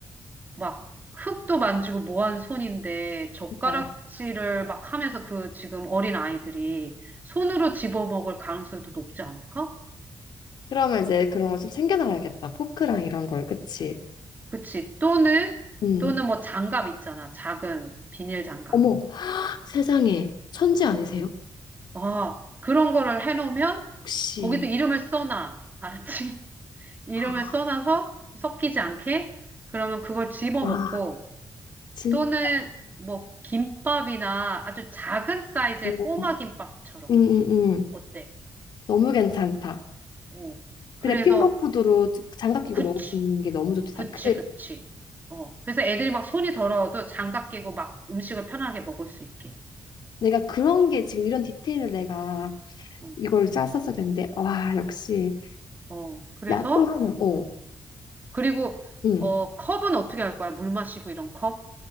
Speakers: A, on the right; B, on the left.
A: 막 흙도 만지고 뭐 하는 손인데 젓가락질을
B: 그러니까
A: 막 하면서 그 지금 어린 아이들이 손으로 집어먹을 가능성이 더 높지 않을까?
B: 그러면 이제 그런 거 좀 챙겨놔야겠다. 포크랑 이런 걸, 그치?
A: 그치. 또는,
B: 음.
A: 또는 뭐 장갑 있잖아. 작은 비닐 장갑.
B: 어머, 세상에 천재 아니세요?
A: 음. 아, 그런 거를 해놓으면
B: 혹시
A: 거기도 이름을 써놔. 알았지? <laughs> 이름을
B: 아,
A: 써놔서 섞이지 않게 그러면 그걸 집어먹고
B: 와 진짜
A: 또는 뭐 김밥이나 아주 작은 사이즈의
B: 오,
A: 꼬마 김밥처럼.
B: 음, 음, 음.
A: 어때?
B: 너무 괜찮다.
A: 어. 그래서,
B: 그래 핑거푸드로 장갑 끼고
A: 그치,
B: 먹을 수 있는 게 너무 좋다.
A: 그치,
B: 근데
A: 그치. 어. 그래서 애들이 막 손이 더러워도 장갑 끼고 막 음식을 편하게 먹을 수 있게.
B: 내가 그런 게 지금 이런 디테일을 내가
A: 어.
B: 이걸 짰었어야 되는데 와 역시
A: 어. 그래서,
B: 나 또 하나 어,
A: 그리고,
B: 응.
A: 어, 컵은 어떻게 할 거야? 물 마시고 이런 컵?